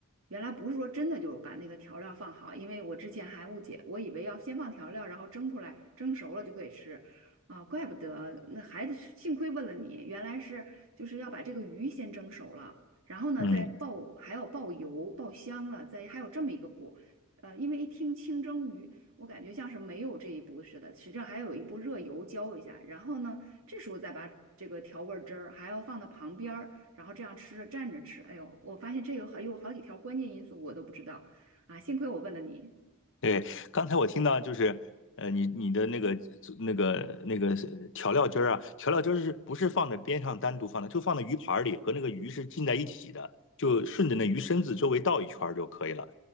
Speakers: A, on the right (about 65°); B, on the left (about 60°).
A: 原来不是说真的就把那个调料放好，因为我之前还误解，我以为要先放调料，然后蒸出来，蒸熟了就可以吃。啊，怪不得那孩子是幸亏问了你，原来是就是要把这个鱼先蒸熟了，然后呢再爆，
B: 嗯。
A: 还要爆油、爆香了，再还有这么一个步。呃，因为一听清蒸鱼，我感觉像是没有这一步似的，实际上还有一步热油浇一下，然后呢。这时候再把这个调味汁儿还要放到旁边儿，然后这样吃着蘸着吃。哎呦，我发现这有好有好几条关键因素我都不知道啊，幸亏我问了你。
B: 对，刚才我听到就是，呃，你你的那个那个那个调料汁儿啊，调料汁儿是不是放在边上单独放的，就放在鱼盘儿里，和那个鱼是浸在一起的，就顺着那鱼身子周围倒一圈儿就可以了，